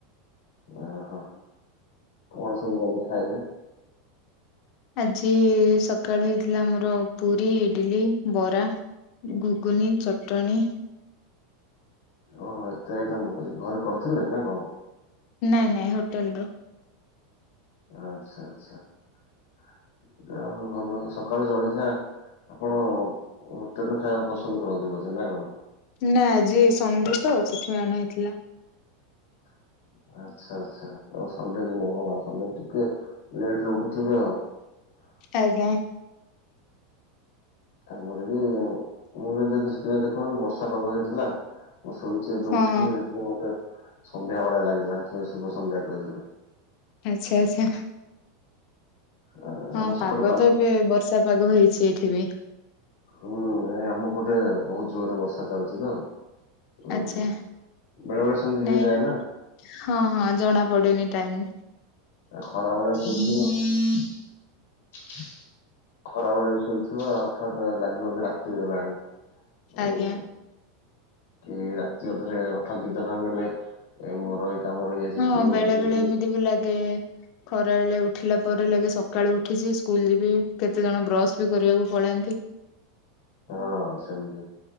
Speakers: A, on the left (about 80°); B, on the left (about 40°).
A: ଆ ହଁ କଣ ସବୁ ଆଜି ଖାଇଲେ?
B: ଆଜି ସକାଳୁ ହେଇଥିଲା ଆମର ପୁରୀ ଇଡିଲି ବରା। ଘୁଗୁନୀ ଚଟଣି।
A: ଓହୋ, ଏତେ ଆଇଟମ ଏଇଘରେ କରିଥିଲେ ନା କଣ।
B: ନାଇଁ ନାଇଁ ହୋଟେଲ ରୁ।
A: ଆଛା, ଆଛା ଯାହାଉ ଭଲ, ସକାଳୁ ଜଳଖିଆ ଆପଣ ହୋଟେଲରୁ ଖାଇବାକୁ ପସନ୍ଦ କରନ୍ତି ବଧେ ନା କଣ?
B: ନା ଆଜି ସଣ୍ଡେ ତ, ସେଥିପାଇଁ ଅଣା ହେଇଥିଲା।
A: <inaudible> ଆଚ୍ଛା, ଆଚ୍ଛା ଅ ସଣ୍ଡେ ଦିନ ଓହୋ ସଣ୍ଡେ ରେ ଟିକେ ଲେଟରେ ଉଠୁଥିବେ ଆଉ। ହଁ <inaudible>
B: ଆଜ୍ଞା।
A: ଆମର ବି, ମୁ ଏବେ ସେଥିପାଇଁ ଦେଖୁନାହାନ୍ତି ବର୍ଷା ପାଗ ହେଇଥିଲା। ମୁଁ ଶୋଇଛି ଏବେ
B: ହଁ।
A: ଉଠିଲି ସେଥିପାଇଁ ମତେ ସନ୍ଧ୍ୟା ଭଳିଆ ଲାଗିଲା ହାରି। ସେ ଶୁଭ ସନ୍ଧ୍ୟା କହିଦେଲି।
B: ଆଚ୍ଛା ଆଚ୍ଛା
A: ଆ,
B: ହଁ
A: ଆମ ସେପଟେ
B: ପାଗ ତ ଏବେ ବର୍ଷା ପାଗ ହେଇଛି ଏଇଠି ବି।
A: ହୁଁ ଏ ଆମ ପଟେ ବହୁତ ଜୋରରେ ବର୍ଷା ଚାଲିଛି ତ। ହୁଁ
B: ଆଛା!
A: ହୁଁ। ବେଳେ ବେଳେ ସେମିତି ହେଇଯାଏ
B: ନାଇଁ
A: ନା
B: ହଁ ହଁ ଜଣା ପଡେନି ଟାଇମ।
A: ଖରା ବେଳେ <unintelligible> ଖରା ଭେଳିଆ ବି ଶୋଇଥିବ ହଠାତ୍ ଲାଗିବ ବି ରାତି ହେଇଗଲାଣି।
B: ଆଜ୍ଞା।
A: ଉଁ। କି ରାତି ଅଧରେ ହଠାତ୍ ଦିଦ ଭାଙ୍ଗ ଗଲେ, ମୋର କାମ ରହିଯାଇଛି
B: ହଁ
A: ସ୍କୁଲ
B: ବେଳେ
A: ଯିବି
B: ବେଳେ
A: କି
B: ଏମିତି ବି ଲାଗେ। ଖରା ବେଳେ ଉଠିଲା ପରେ ଲାଗେ ସକାଳୁ ଉଠିଛି। ସ୍କୁଲ ଯିବି କେତେ ଜଣ ବ୍ରଶ ବି କରିବାକୁ ପଳାନ୍ତି।
A: ହଁ ସେମିତି,